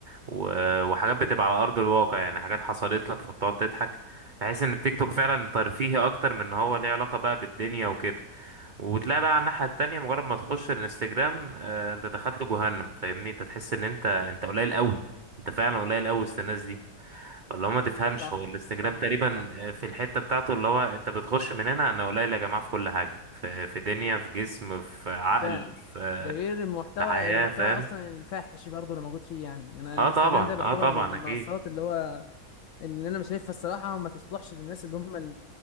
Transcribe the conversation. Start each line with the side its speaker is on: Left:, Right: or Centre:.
Right: و... وحاجات بتبقى على أرض الواقع يعني حاجات حصلت لك فبتقعد تضحك بحس إن التيك توك فعلا ترفيهي أكتر من إن هو ليه علاقة بقى بالدنيا وكده وتلاقي بقى على الناحية التانية مجرد ما تخش الانستجرام آه، أنت دخلت جهنم فاهمني أنت تحس إن أنت أنت قليل أوي أنت فعلا قليل أوي وسط الناس دي اللي هو ما تفهمش
Left: صح
Right: هو الانستجرام
Left: صح
Right: تقريبا
Left: صح
Right: آه، في الحتة بتاعته اللي هو انت بتخش من هنا انا قليل يا جماعة في كل حاجة في في دنيا في جسم في عقل
Left: فعلا
Right: في
Left: ده غير المحتوى
Right: في حياة
Left: المحتوى
Right: فاهم
Left: اصلا الفاحش برضه اللي موجود فيه يعني انا الانستجرام
Right: اه طبعا
Left: ده بيعتبر
Right: اه طبعا
Left: من المنصات
Right: اكيد
Left: اللي هو اللي انا مش شايفها الصراحه ما تصلحش للناس اللي هم